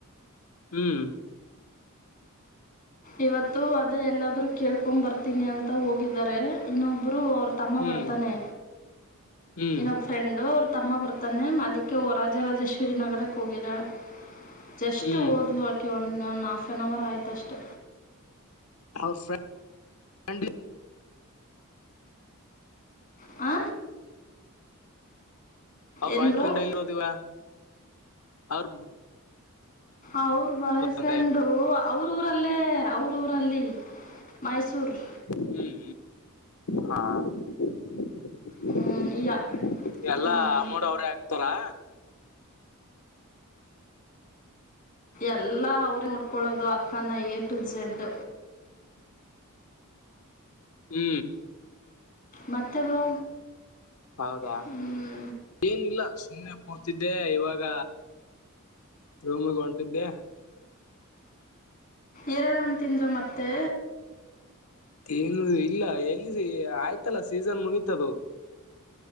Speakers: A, on the left; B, on the left.
A: ಹುಂ
B: ಇವತ್ತು ಅದೇ ಎಲ್ಲಾದರೂ ಕೇಳ್ಕೊಂಡ ಬರ್ತೀನಿ ಅಂತ ಹೋಗಿದ್ದಾರೆ ಇನ್ನೊಬ್ಬರು ಅವ್ರ ತಮ್ಮಾ
A: ಹ್ಮ್
B: ಬರ್ತಾನೆ
A: ಹ್ಮ್
B: ಇನೊ ತ ಫ್ರೆಂಡು ಅವ್ರ ತಮ್ಮ ಬರ್ತಾನೆ ಅದಕ್ಕೆ ಓ ರಾಜರಾಜೇಶ್ವರಿ ನಗರಕ್ಕೆ ಹೋಗಿದ್ದಾಳೆ. ಜಸ್ಟ್
A: ಹ್ಮ್
B: ಹೋದ್ಲು ಆಕೆ ಒಂದ ಒಂದು ಹ ಆಫ್ ಒನ್ ಅವರ್ ಆಯ್ತ ಅಷ್ಟೆ.
A: <unintelligible> ಫ್ರೆಂಡ್
B: ಆ
A: ಅವ್ರ
B: ಏನು
A: ವೈಫೆಂಡೆಲಿ
B: ಬ್ರೋ
A: ಹೋದವಾ ಅವ್
B: ಅವ್ರ ಬಾಯ್ ಫ್ರೆಂಡು
A: ಅಂದೆ
B: ಅವ್ರ ಊರಲ್ಲೇ ಅವ್ರೂರಲ್ಲಿ ಮೈಸೂರ ರೀ
A: ಹುಂ ಹಾ <unintelligible>
B: ಹ್ಮ್ ಯ
A: ಎಲ್ಲಾ
B: ಹಾಂ
A: ಅಮೋಂಟ ಅವ್ರೇ ಹಾಕ್ತಾರಾ
B: ಎಲ್ಲ ಅವ್ರೇ ನೋಡ್ಕೊಳ್ಳೋದು ಅಕ್ಕನ ಎ ಟು ಝೆಡ್
A: ಈ
B: ಮತ್ತೆ ಬ್ರೋ
A: ಹೌದಾ
B: ಹ್ಞೂ
A: ಏನಿಲ್ಲಾ ಸುಮ್ಮನೆ ಕೂತಿದ್ದೆ ಇವಾಗ ರೂಮಿಗೆ ಹೊಂಟಿದ್ದೆ
B: ಏರಳ ಹೆಣ್ಣ ತಿಂದ್ರ ಮತ್ತೆ
A: ತಿನ್ನು ಇಲ್ಲಾ ಎಲ್ಲಿ ಆಯ್ತಲ್ಲಾ ಸೀಸನ್ ಮುಗೀತದು